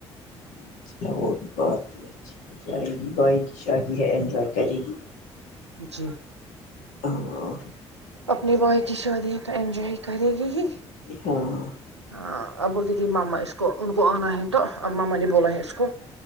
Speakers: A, on the left (about 60°); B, on the right (about 85°).
A: اچھا وہ بھی بات ہے اچھے جائے گی بائ کی شادی ہے انجوائے کرے گی
B: جی
A: ہاں
B: اپنی بھائی کی شادی ہے تو انجوائے کرے گی ہی
A: ہاں
B: ہاں اب بولتی تھی ماما اس کو ان کو آنا ہے تو اب ماما نے بولا ہے اس کو